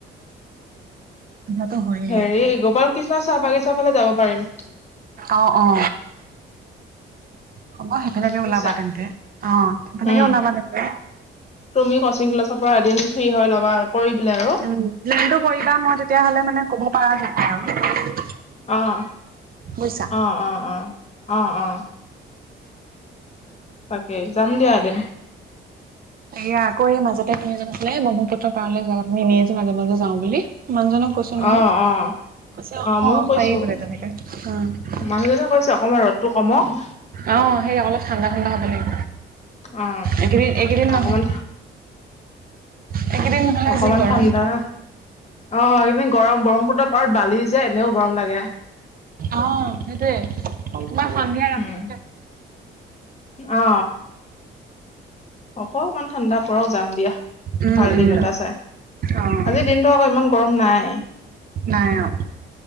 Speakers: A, on the right (about 45°); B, on the left (about 35°).
A: সুবিধাটো হয়ে
B: হেৰি
A: এতিয়া
B: গোপাল কৃষ্ণ চাহ বাগিচা ফালে যাব পাৰিম?
A: অ', অ',। হ'ব সেইফালকে
B: বুজিছা
A: ওলাবা তেন্তে অ' সেইফেনে
B: উম
A: ওলাবা তেন্তে।
B: তুমি কচিং ক্লাছৰ পৰা এদিন ফ্ৰী হয় ল'বা, কৰি পেলাই আৰু
A: উম', প্লেনটো কৰিবা, মই তেতিয়া হলে মানে ক'ব পাৰা যাব আৰু।
B: অ',
A: বুজিছা
B: অ', অ', অ',। তাকে যাম দিয়া এদিন।
A: এয়া আকৌ এই মাজতে তুনি জন আছিলে ব্ৰহ্মপুত্ৰ পাৰলৈ যাম বুলি, আছিলে মাজে মাজে যাওঁ বুলি। মানুহজনক কৈছো নহয়,
B: অ অ
A: কৈছে অ'
B: ময়ো কৈছো
A: পাৰি বোলে তেনেকে অ'।
B: মানুহজনে কৈছে অকণমান ৰ'দটো কমক।
A: অ', সেই অলপ ঠাণ্ডা ঠাণ্ডা হ'ব লাগিব,
B: অ
A: একেইদিন- এইকেইদিন নহয়।
B: অকমান
A: এইকেইদিন নহ'লে
B: অকমান
A: যি গৰম
B: ঠাণ্ডা অ', এইকেদিন গৰম ব্ৰহ্মপুত্ৰ পাৰত বালি যে এনেওঁ গৰম লাগে।
A: অ', সেইটোৱে। মই সন্ধিয়া ৰাতিওঁ
B: উম অ অকমান ঠাণ্ডা পৰক যাম দিয়া।
A: উম,
B: ভাল
A: উম,
B: দিন এটা চাই,
A: অ'
B: আজিৰ দিনটো আকৌ ইমান গৰম নাই। <inaudible>
A: নাই অ'